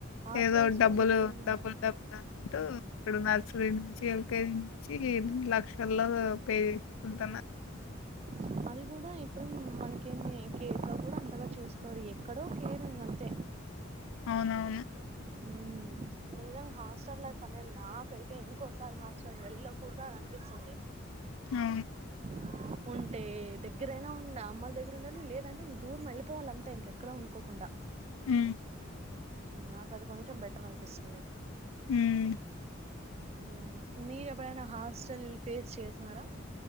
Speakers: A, on the right (about 30°); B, on the left (about 85°).
A: హాస్టల్స్
B: ఏదో డబ్బులు
A: లో నీకేం
B: డబ్బుల్ డబ్బుల్ అంటూ ఇప్పుడు నర్సరీ నుంచి ఎల్కేజీ నుంచి లక్షల్లో పే జెస్కుంటన
A: అ అది కూడా ఇప్పుడు మనకేమి కేర్ గ కూడా అంతగా చూసుకోరు ఎక్కడో కేరింగ్ అంతే
B: అవునవును
A: హ్మ్ నిజంగ హాస్టల్ లైఫ్ అనేద్ నాకైతే ఇంకోసారి హాస్టల్ వెళ్ళకూడదు అని అనిపిస్తుంది
B: హ్మ్
A: <inaudible> ఉంటే దగ్గరైనా ఉ అమ్మ అల్ దగ్గర ఉండాలి లేదంటే ఇంక దూరం వెళ్ళిపోవాలి అంతే ఇంకెక్కడ ఉండుకోకుండా
B: హ్మ్
A: నాకు అది కొంచెం బెటర్ అనిపిస్తుంది
B: మ్మ్
A: మ్ మీరు ఎప్పుడైనా హాస్టల్ ఫేస్ చేసినర